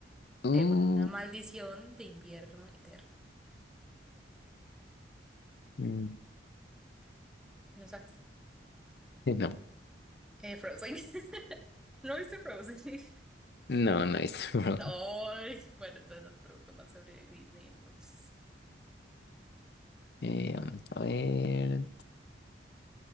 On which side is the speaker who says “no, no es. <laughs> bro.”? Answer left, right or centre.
Left